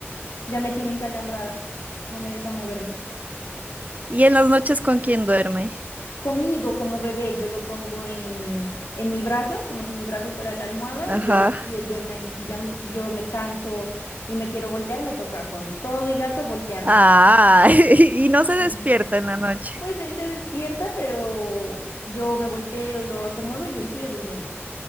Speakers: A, on the left (about 80°); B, on the right (about 35°).
A: Ya me tiene encalambrada, no me deja moverme.
B: ¿Y en las noches con quién duerme?
A: conmigo como bebé, yo lo pongo en, en mi brazo, como si mi brazo fuera la almohada y
B: Ajá.
A: él, y él duerme allí. Si ya m- yo me canso y me quiero voltear, me toca con todo y gato voltearme.
B: Ah, <laughs> y no se
A: Sí.
B: despierta en la noche.
A: Pues
B: <laughs>
A: él se despierta, pero yo me volteo, lo acomodo y él sigue durmiendo.